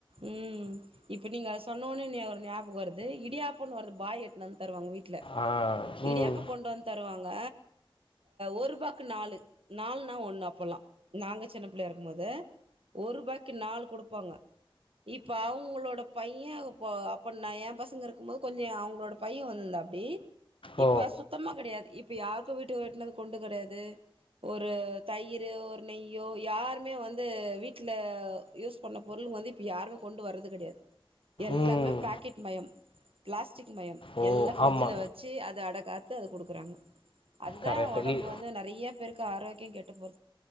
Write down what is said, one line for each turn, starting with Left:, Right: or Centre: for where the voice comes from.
Right: உம் இப்ப நீங்க அத சொன்னோனே ஒரு ஞாபக வருது இடியாப்பும் வருது பாய் எடுத்துட்டு தருவங்க வீட்டு
Left: ஆ.
Right: இடியாப்ப
Left: ம்.
Right: கொண்டு வந்து தருவாங்க ஒரு ரூபாயு நாலு நாலுா ஒண்ணு அப்பல்லாம் நாங்க சின்ன பிள்ளை இருக்கும்பது ஒரு ரூபாய்க்கு நாலு கொடுப்பாங்க இப்ப அவங்களோட பையன் இப்ப அப்ப நான் என் பசங்க இருக்கும் போது கொஞ்சம் அவங்களோட பையன் வந்திருந்தா அப்படி
Left: ஓ!
Right: இப்ப சுத்தமா கிடையாது இப்ப யாரு வீட்டுட்டுந்து கொண்டு கிடையாது ஒரு தயிர் ஒரு நெய்யோ யாருமே வந்து வீட்டுல யூஸ் பண்ண பொருள் வந்து இப்போ யாரும் கொண்டு வரது கிடையாது எல்லாமே
Left: ம்.
Right: பாக்கெட் மயம் ப்ளஸ்
Left: ஓ!
Right: எல்லாம் பிரிட்ஜல
Left: ஆமா.
Right: வச்சு அதை அடகா த்த அத குடுக்குறாங்க அதுதான்
Left: கரெக்ட்.
Right: உடம்பு
Left: இ
Right: வந்து நிறைய பேருக்கு ஆரோக்கி கெட்டப் போ